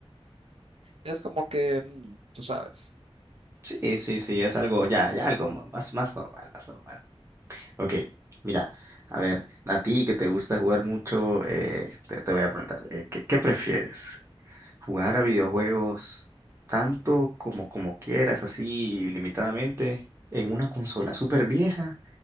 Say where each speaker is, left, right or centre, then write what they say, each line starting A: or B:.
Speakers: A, on the right; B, on the right.
A: es como que, mm, tú sabes.
B: Sí, sí, sí, es algo, ya, ya algo mo- más, más normal, más normal. Ok, mira, a ver, a ti que te gusta jugar mucho, eh, te, te voy a preguntar, eh, ¿qué, qué prefieres? Jugar a videojuegos tanto como, como quieras, así limitadamente, en una consola súper vieja,